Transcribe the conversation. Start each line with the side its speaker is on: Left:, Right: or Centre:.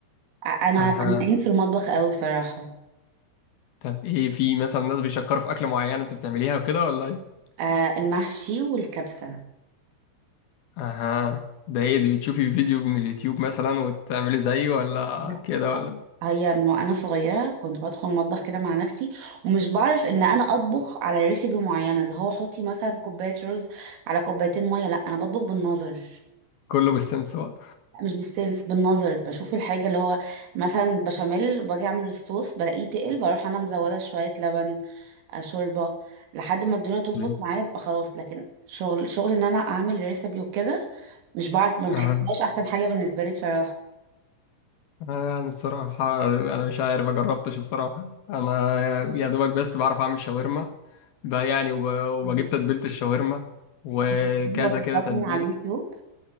Right: آه انا
Left: اها
Right: انا قايم في المطبخ قوي بصراحه
Left: طب ايه في مثلا ناس بيشكروا في اكل معين انت بتعمليها وكده ولا ايه؟
Right: آه المحشي والكبسه
Left: اها ده ايه دي بتشوفي فيديو من اليوتيوب مثلا وتعملي زيه ولا
Right: لا.
Left: كده ولا إيه؟
Right: هي من وانا صغيره كنت بدخل المطبخ كده مع نفسي ومش بعرف ان انا اطبخ على ريسيبي معينه اللي هو حطي مثلا كوبايه رز على كوبايتين ميه لا انا بطبخ بالنظر
Left: كله بالسنس بقى
Right: لا مش بالسنس بالنظر بشوف الحاجه اللي هو مثلا بشاميل باجي اعمل الصوص بلاقيه تقل بروح انا مزوده شويه لبن آه، شوربه لحد ما الدنيا تظبط
Left: مم.
Right: معايا ببقى خلاص لكن شغل شغل ان انا اعمل ريسيبي وكده مش بعرف ما بحسهاش
Left: أها.
Right: احسن حاجه بالنسبه لي بصراحه
Left: يعني الصراحة أنا مش عارف مجربتش الصراحة أنا يا دوبك بس بعرف أعمل شاورما بقى يعني وب... وبجيب
Right: مم.
Left: تتبيلة الشاورما وكذا
Right: <laughs> وصفات
Left: كده تتبيلة
Right: من على اليوتيوب